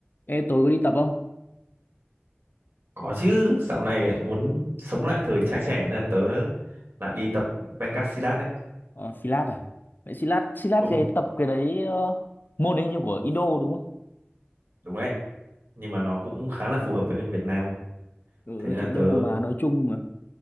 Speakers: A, on the left; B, on the right.
A: Ê, tối có đi tập không?
B: Có chứ, dạo này lại muốn sống lại thời trai trẻ nên là tớ lại đi tập pencak silat đấy.
A: Ờ, Silat à? Vậy Silat, Silat
B: Ừ,
A: cái tập cái đấy ờ, môn đấy như của Indo đúng không?
B: đúng đấy, nhưng mà nó cũng khá là phù hợp với người Việt Nam.
A: Ừ, nói
B: Thế nên
A: chung
B: là tớ
A: Đông Nam Á nói chung mà.